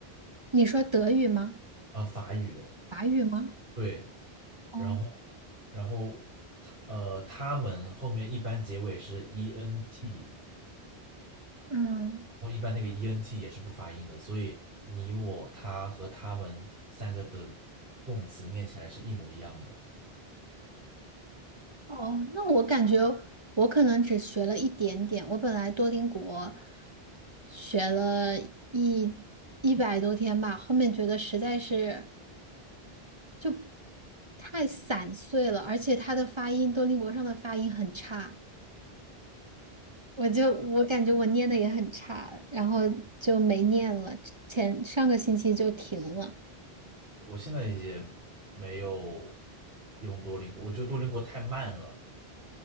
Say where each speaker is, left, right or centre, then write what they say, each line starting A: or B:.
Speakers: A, on the right; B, on the right.
A: 你说德语吗？
B: 呃法语
A: 法语吗？
B: 对，
A: 哦，
B: 然后然后他呃他们后面一般结尾是 e n t，
A: 嗯。
B: 后一般那个 ENT 也是不发音的，所以你、我、他和他们三个的动词念起来是一模一样的。
A: 哦，那我感觉我可能只学了一点点。我本来多邻国学了一一百多天吧，后面觉得实在是就太散碎了，而且它的发音，多邻国上的发音很差，我就我感觉我念的也很差，然后就没念了，前上个星期就停了。
B: 我现在也没有用多邻国，我觉得多邻国太慢了，